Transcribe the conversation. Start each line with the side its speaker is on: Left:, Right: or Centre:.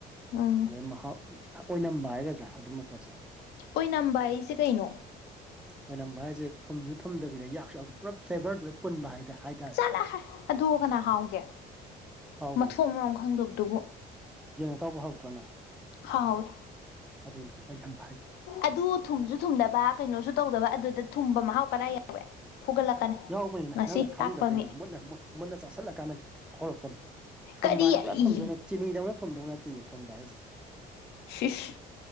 Left: ꯎꯝ
Centre: ꯑꯗꯩꯏ ꯃꯍꯥꯎ ꯑꫭꯏꯅꯥꯝꯕ ꯍꯥꯏꯒꯗꯔ ꯑꯗꯨꯃꯥ ꯄꯣꯠꯁꯦ
Left: ꯑꯣꯏ ꯅꯝꯕ ꯍꯥꯏꯁꯦ ꯀꯩꯅꯣ
Centre: ꯑꯣꯢꯅꯝꯕ ꯍꯏꯖꯦ ꯊꯨꯝꯖꯨ ꯊꯨꯝꯗꯕꯤꯗ ꯌꯥꯛꯁꯨ ꯌꯥꯛꯇ ꯄꯨꯔ ꯐ꯭ꯂꯦꯕꯔꯗꯨ ꯄꯨꯟꯕ ꯍꯥꯏꯗꯦ ꯍꯥꯏꯇꯥꯏ
Left: ꯆꯠꯂꯨ ꯍꯥꯏ ꯑꯗꯨꯒ ꯀꯅꯥ ꯍꯥꯎꯒꯦ
Centre: ꯍꯥꯎꯕꯅꯦ
Left: ꯃꯊꯣꯡ ꯃꯔꯝ ꯈꯪꯗꯕꯗꯨꯕꯨ
Centre: ꯌꯦꯟ ꯑꯇꯧꯕ ꯍꯧꯗ꯭ꯔꯣ ꯅꯪ
Left: ꯍꯥꯎꯋꯤꯏ
Centre: ꯑꯗꯨꯅꯤ ꯑꯣꯏꯅꯥꯝꯕ ꯍꯥꯏꯗꯨ
Left: ꯑꯗꯨ ꯊꯨꯝꯖꯨ ꯊꯨꯝꯗꯕ ꯀꯩꯅꯣꯁꯨ ꯇꯧꯗꯕ ꯑꯗꯨꯗ ꯊꯨꯝꯕ ꯃꯍꯥꯎ ꯀꯔꯏ ꯌꯥꯎꯋꯤ ꯐꯨꯒꯠꯂꯛꯀꯅꯤ
Centre: ꯌꯥꯎꯕꯅꯤꯅ
Left: ꯉꯁꯤ
Centre: ꯅꯪꯅ ꯈꯪꯗꯕꯩꯅꯦ
Left: ꯇꯥꯛꯄ ꯃꯤ
Centre: ꯃꯨꯟꯅ ꯃꯨꯟꯅ ꯆꯥꯁꯤꯜꯂꯀꯥꯟꯗ ꯈꯧꯔꯛꯄꯅꯤ ꯊꯨꯝꯕꯥ
Left: ꯀꯔꯤ
Centre: ꯍꯥꯏꯅ ꯄꯨꯔꯥ ꯊꯨꯗꯧ
Left: ꯏ
Centre: ꯅꯠ ꯆꯤꯅꯤꯗꯧꯅ ꯊꯨꯝꯗꯧ ꯅꯠꯇꯤꯌꯦ ꯊꯨꯝꯕꯥ ꯍꯥꯏꯖꯦ
Left: ꯁꯤꯁ